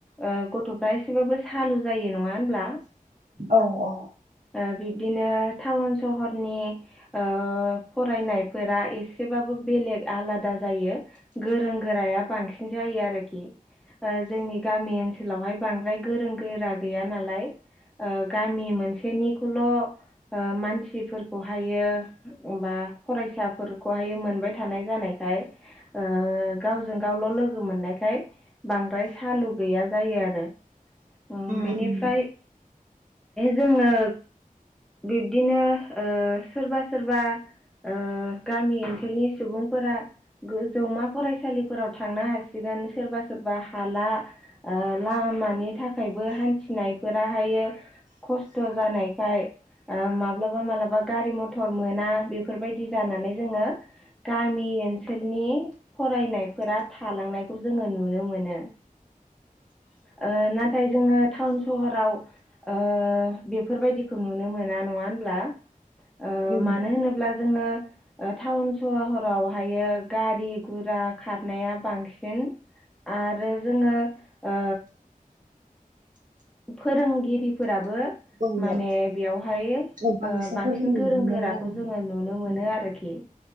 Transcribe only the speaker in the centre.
ओ गथ'फ्रा एसेबाबो सालु जायो नङा होनब्ला
ओ बिबदिनो टाउन सहरनि ओ फरायनायफोरा एसेबाबो बेलेग आलादा जायो गोरों गोराया बांसिन जायो आरोखि ओ जोंनि गामि ओनसोलावहाय बांद्राय गोरों गोरा गैया नालाय ओ गामि मोनसेनिखौल' ओ मानसिफोरखौहायो बा फरायसाफोरखौहाय मोनबाय थानाय जानायखाय ओ गावजों गावल' लोगो मोननायखाय बांद्राय सालु गैया जायो आरो ओ
बेनिफ्राय
जोङो बिब्दिनो ओ सोरबा सोरबा ओ गामि ओनसोलनि सुबुंफोरा गो जौमा फरायसालिफोराव थांनो हासिगोन सोरबा सोरबा हाला ओ लामानि थाखायबो हान्थिनायफोरा हायो खस्थ' जानायखाय ओ माब्लाबा माबलाबा गारि मथर मोना बेफोरबायदि जानानै जोङो गामि ओनसोलनि फरायनायफोरा थालांनायखौ जोङो नुनो मोनो
ओ नाथाय जोङो टाउन सहराव ओ बेफोरबायदिखौ नुनो मोन ना नङा होनब्ला मानो होनोब्ला
ओ मानो होनोब्ला जोङो ओ टाउन सहरावहायो गारि गुरा खारनाया बांसिन आरो जोङो ओ फोरोंगिरिफोराबो
माने
बेयावहाय
ओ बांसिन
गोरों
गोराखौ
जोङो नुनो मोनो
आरोखि